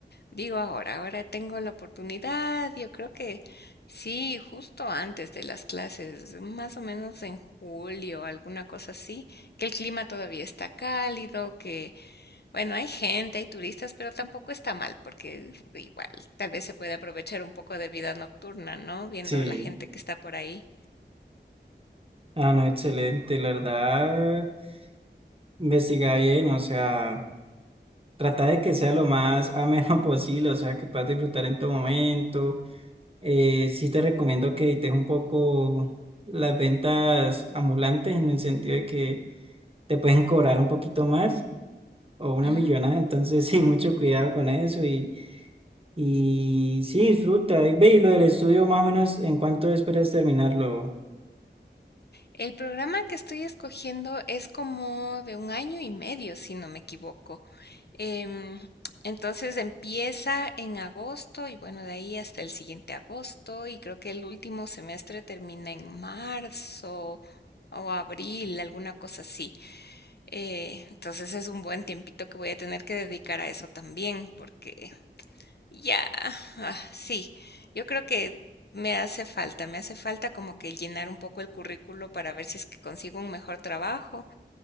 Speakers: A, on the left; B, on the right.
A: digo ahora, ahora tengo la oportunidad. Yo creo que sí, justo antes de las clases, más o menos en julio, alguna cosa así, que el clima todavía está cálido, que bueno, hay gente, hay turistas, pero tampoco está mal, porque igual tal vez se puede aprovechar un poco de vida nocturna, ¿no? Viendo
B: Sí,
A: la gente que está por ahí.
B: ah, no, excelente, la verdad, investiga bien, o sea, trata de que sea lo más ameno <laughs> posible, o sea, que puedas disfrutar en todo momento. Eh, sí te recomiendo que evites un poco las ventas ambulantes en el sentido de que te pueden cobrar un poquito más o una
A: Ujú.
B: millonada, entonces <laughs> sí, mucho cuidado con eso y... Y sí, disfruta. Y ve, y lo del estudio, más o menos, ¿en cuánto esperas terminarlo?
A: El programa que estoy escogiendo es como de un año y medio, si no me equivoco. Em, entonces empieza en agosto y bueno, de ahí hasta el siguiente agosto y creo que el último semestre termina en marzo o abril, alguna cosa así. Eh, entonces es un buen tiempito que voy a tener que dedicar a eso también porque ya, ah, sí, yo creo que me hace falta, me hace falta como que llenar un poco el currículo para ver si es que consigo un mejor trabajo